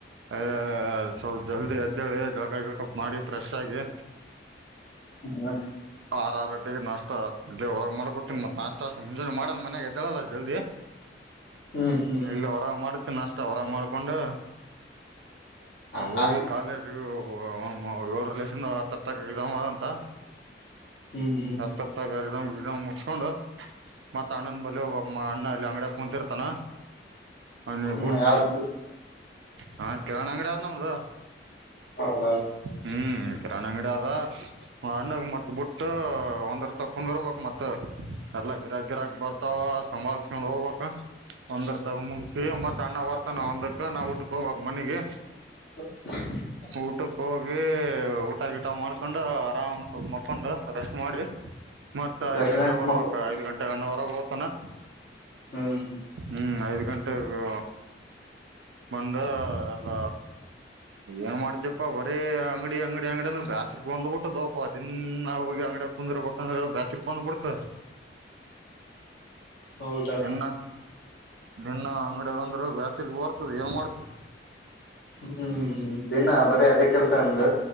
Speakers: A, on the right; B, on the left.
A: ಅ ಸ್ವಲ್ ಜಲ್ದಿ ಅಜ್ಜ ಜಳಕ ಜ ಕಪ್ ಮಾಡಿ ಫ್ರೆಶ್ ಆಗಿ
B: ಹಾ
A: ಆರ ಆರ ಟಿಗೆ ನಾಷ್ಟ ದೇ ಹೊರಗ್ ಮಾಡ್ಕೊತೀನ ಮತ್ ನಾಷ್ಟ ಅಷ್ಟು ಮುಂಜಾನೆ ಮಾಡಲ್ಲ ಮನೆಾಗಗೆದ್ದಳಲ್ಲ ಜಲ್ದಿ
B: ಹ್ಮ್ ಹ್ಮ್
A: ಇಲ್ಲ ಹೊರ ಮಾಡ ನಷ್ಟ ಹೊರ ಮಾಡ್ಕೊಂಡು
B: ಹಾ
A: ಹೋಗಿ ಕಾಲೇಜ್ ಒ ಏಳರ ಲಕ್ಷಿಂದ ಹತ್ತ ಹ ತಕಗಿದಾರಂತ
B: ಹ್ಮ್ ಹ್ಮ್
A: ಹತ್ತರ್ ತ ಬಿ ಮುಿಸಕೊಂಡ್ ಮತ್ತತ್ ಅಣ್ಣನ್ ಬಲಿ ಹೋಗಾಗ ಅಣ್ಣ ಎಲ್ಲಿ ಅಂಗಡ ಹೊಂತಿರ್ತಾನ ನೀ
B: ಹ್ಮ್
A: ಒಟ್ಟ
B: ಯಾವ್ದ
A: ಹಾ ಕಿರಣಾಣ್ ಅಂಗಡಿ ಆದ ನಮ್ದ
B: ಹೌದೌದು
A: ಹ್ಮ್ ಕರಾಣ ಅಂಗಡಿ ಆದ ಅಣ್ಣಗ್ ಮತ್ ಬಿಟ್ಟ ಒಂದರ ತಕೊಂಡರ್ಬೇಕಕ್ ಮತ್ತ ಎಲ್ಲಾ ಗಿರಾಕ್ ಗಿರಾಕ್ ಬರ್ತಾವ ಸಂವಿಸಸ್ಕೊಂಡ್ ಹೋಗ್ಬೇಕಕ್ ಒಂದರ್ ತಗ ಮೂರ್ ಸೇ್ ಮತ್ತ ಅಣ್ಣ ವರ್ತನ ಹೊಂದಕ್ಕೆ ನಾವು ಊಟಕ ಹೋಗಬೇಕಕ್ ಮನೆಗೆ
B: ಹ
A: ಊಟಕ್ಕೆ ಹೋಗಿ ಊಟ ಗಿಟ ಮಾಡ್ಕೊಂಡು ಆರಾಮ್ ಮಕೊಂಡು ರೆಸ್ಟ್ ಮಾಡಿ ಮತ್ತತ್ ಐದ್
B: ಎಷ್ಟ
A: ಗಂಟೆೆಗೆ
B: ಗಂಟೆ
A: ಬರ್ರುವಕ್ಕ
B: ಮಕ್
A: ಐದ್ ಗಂಟೆಗೆ ಅಣ್ಣ ಹೊರಗ ಓತನಾ
B: ಹ್ಮ್
A: ಹ್ಮ್ ಐದ್ ಗಂಟೆಗ ಬಂದ ಎಲ್ಲ ಏನ್ ಮಾಡ್ತಪ್ಪಾ ಬರೀ ಅಂಗಡಿ ಅಂಗಡಿ ಅಂಗಡಿ ಅಂದ್ರೆ ಬ್ಯಾಸ್ರಗ್ ಬಂದಬ ಬಿಟ್ಟು ದಪ ಅ ದಿನ ನ ಅಂಗಡಿ ದ್ರ ಬಂದ್ರ ದಸ್ ಬಂದ್ ಬಿಡ್ತದ
B: ಹೌದಣ್ಣ
A: ಎನ್ನ ನಿನ್ನ ಅಂಗಡಿಯಗಂದ್ರೆ ಬೇಸ್ರ್ ಬರ್ತದ ಏನ್ ಮಾಡ್ತಿ
B: ಹ್ಮ್ ಹ್ಮ್ ದಿನಾ ಬರಿೀ ಅದೇ ಕೆಲ್ಸ ಅ್ದ